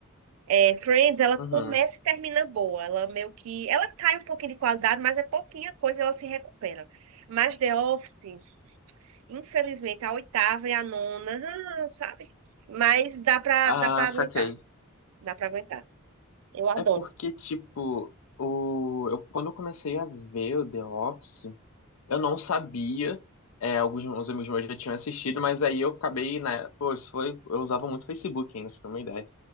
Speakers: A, on the right; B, on the left.
A: É, Friends, ela
B: uhum.
A: começa e termina boa. Ela meio que. Ela cai um pouquinho de qualidade, mas é pouquinha coisa, ela se recupera. Mas The Office, infelizmente, a oitava e a nona, ah, sabe? Mas dá pra,
B: Ah,
A: dá pra aguentar.
B: saquei.
A: Dá pra aguentar. Eu adoro.
B: É porque, tipo, o, eu, quando eu comecei a ver o The Office, eu não sabia. É, alguns uns amigos meus já tinham assistido, mas aí eu acabei, né? Pô, isso foi, eu usava muito Facebook ainda, se tem uma ideia.